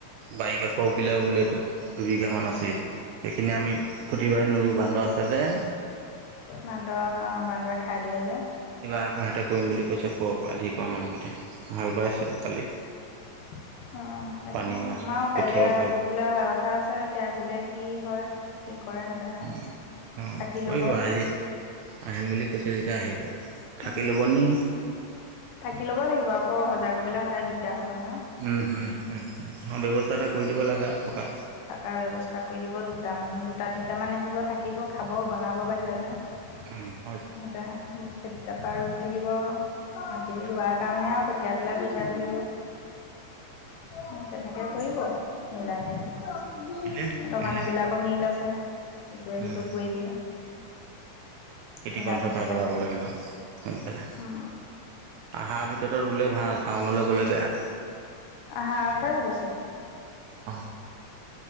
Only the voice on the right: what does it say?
বাৰি কাষ বিলাক ৰুলেতো দুবিঘা মান আছেই সেইখিনি আমি প্ৰতিবাই নোৰো বান্দ আছে যে
কিবা আকৌ সেতে কৰিম বুলি কৈছে কৱক কালি কোৱা মানুহকেইটাই হাল বাইছে কালি
পানীও আছে
কঠীয়াও
পাৰি
অঁ অঁ
কৰিব আজি আহিম বুলি কৈছো তেতিয়া যেতিয়া আহিব
থাকি ল'ব নি
উম উম উমম ব্যৱস্থা এটা কৰি দিব লাগে আৰু থকা
উম,
হৈ যাব।
কৰিলে কৰিলে
উম,
খেতি
কণ
চপাই পেলাব
লাগে অ সোনকালে
আহাৰ ভিতৰতে ৰুলে ভাল শাওনলে গ'লে বেয়া।
অ'।